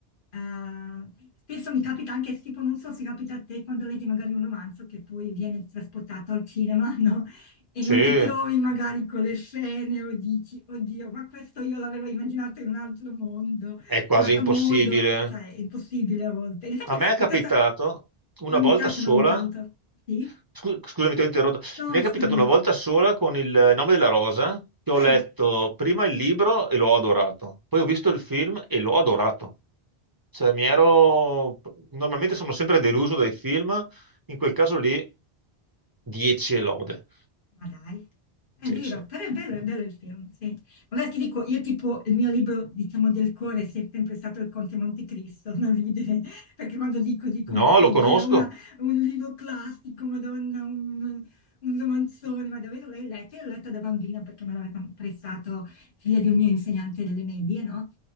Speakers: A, on the left (about 55°); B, on the right (about 25°).
A: Eh, spesso mi capita anche, tipo, non so se capita a te quando leggi magari un romanzo che poi viene trasportato al cinema, <laughs> no? E
B: Sì,
A: non
B: è
A: ti trovi magari con le scene o dici, oddio, ma questo io l'avevo immaginato in un altro mondo
B: quasi
A: certo
B: impossibile.
A: modo, cioè, è impossibile a volte. Infatti,
B: A me è
A: per
B: capitato
A: questo
B: una
A: non
B: volta
A: mi piacciono
B: sola,
A: tanto. Sì?
B: scu- scusami, ti ho interrotto.
A: No,
B: Mi è capitato
A: scusami.
B: una volta sola con il nome della rosa, che ho
A: Eh.
B: letto prima il libro e l'ho adorato, poi ho visto il film e l'ho adorato. Cioè, mi ero... Normalmente sono sempre deluso dai film, in quel caso lì 10 e lode.
A: Ma dai, è
B: Sì,
A: vero,
B: sì.
A: però è bello, è bello il film, sì. Allora ti dico, io tipo, il mio libro, diciamo, del cuore è sempre stato Il Conte Montecristo, <laughs> non ridere, perché quando dico, dicono,
B: No,
A: oddio,
B: lo conosco.
A: è una- è un libro classico, Madonna, un, un romanzone, ma davvero l'hai letto? Io l'ho letto da bambina perché me l'aveva prestato figlia di un mio insegnante delle medie, no?